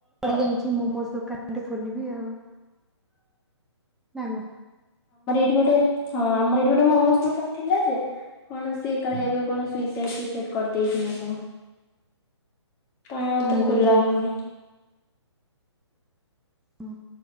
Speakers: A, in the centre; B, on the left (about 20°).
A: ରିମ୍ ଝିମ୍ ମୋମୋସ୍ ଦୋକାନଟେ ଖଲିବି ଆଉ ନା କଣ।
B: ଏଠି ଗୋଟେ ହଁ ଆମର ଏଠି ଗୋଟେ ମୋମୋସ୍ ଦୋକାନ ଥିଲା ଯେ କଣ ସିଏ କାଳେ ଏବେ କଣ ସୁଇସା ସୁଇସାଇଟ୍ କରିଦେଇଛି ନା କଣ। କାଇଁ ଆଉ ତ
A: ଆରେ
B: ଖୋଲା
A: ବା ଆମେ
B: ହଉନି?
A: ହୁଁ